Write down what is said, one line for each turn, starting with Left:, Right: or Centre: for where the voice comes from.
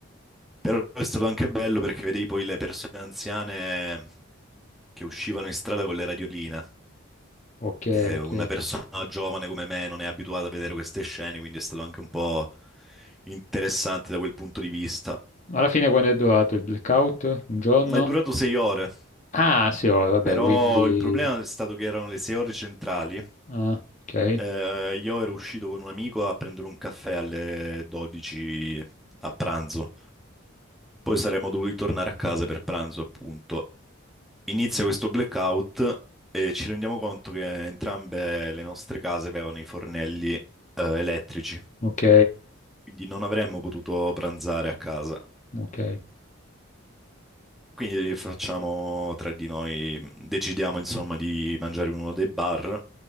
Centre: Però è stato anche bello perché vedevi poi le persone anziane che uscivano in strada con le radioline
Left: ok,
Centre: eh,
Left: ok.
Centre: una persona giovane come me non è abituata a vedere queste scene, quindi è stato anche un po' interessante da quel punto di vista.
Left: Alla fine quando è durato il blackout? Un giorno?
Centre: Ma è durato sei ore,
Left: Ah, sì, oh, vabbè,
Centre: però
Left: quindi...
Centre: il problema è stato che erano le sei ore centrali.
Left: Ah, ok,
Centre: Eh, io ero uscito con un amico a prendere un caffè alle 12 a pranzo. Poi saremmo dovuti tornare a casa per pranzo, appunto. Inizia questo blackout e ci rendiamo conto che entrambe le nostre case avevano i fornelli, eh, elettrici.
Left: ok,
Centre: quindi non avremmo potuto pranzare a casa.
Left: ok,
Centre: Quindi facciamo tre di noi, decidiamo insomma di mangiare in uno dei bar,